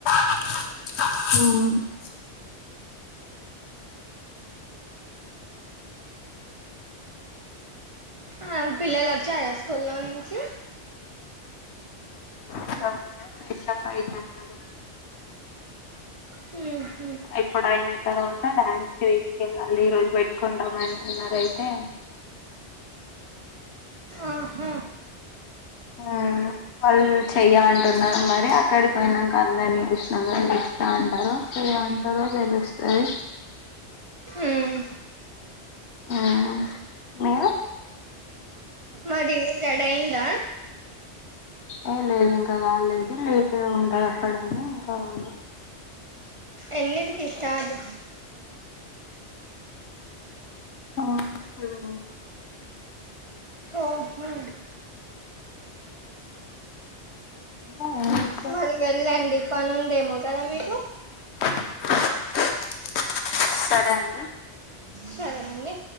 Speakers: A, on the left; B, on the right.
A: మ్
B: ఆ పిల్లలోచ్చారా స్కూల్లో నుంచి
A: ఆ <inaudible> ఫ్రెషప్ అయితున్నారు
B: హ్మ్
A: ఎప్పుడైనా తర్వాత డ్యాన్స్ కి తీస్కెళ్ళాలి ఈ రోజు వెట్టుకుంటమని అన్నారైతే
B: ఆహా
A: మ్ వల్ చేయంటూన్నారు మరి అక్కడికోయినంక అందర్నీ జుశ్నంక ఇస్తాంటారో ఇయంటరో తెలుస్తది
B: ఉమ్
A: ఆ ఆ
B: మరి జడైరా
A: ఆ లేదు ఇంకా కాలేదు లేట్ గా ఉంటదక్కడని ఇంకావాలి
B: ఎన్నిటికి స్టార్టు
A: ఆ సేవన్కి
B: ఓహా
A: ఇంకా ఏం జెస్
B: మరి వెళ్ళండి పనుందేమో కదా మీకు
A: <inaudible> సరే అండి
B: సరే అండి